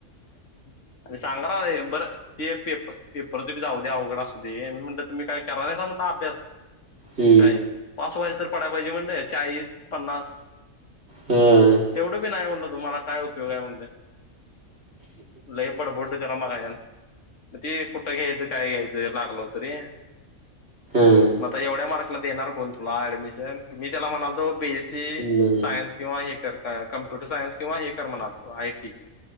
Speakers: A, on the left (about 60°); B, on the right (about 50°).
A: अरे सांगायला लागलोय काय बर ते पेप पेप जाऊदे अवघड आसुदे तुम्ही काय कराय नाहीसा म्हणल अभ्यास?
B: हम्म.
A: काय पास व्हायच तर पडाय पाहिजे म्हणल चाळीस, पन्नास
B: हा
A: तेवढं बी नाही म्हणल तुम्हाला काय उपयोग आहे म्हणल. लय बडबडलोय त्याला मागाच्यांन. ते कुठं घ्यायचं काय घ्यायचं लागलं होत रे.
B: हा
A: मग आता एवढ्या मार्क देणार कोण तुला ऍडमिशन मी त्याला म्हणालतो बीस
B: नाही.
A: सायन्स किंवा कम्प्युटर सायन्स किंवा हे कर म्हणालत आय टी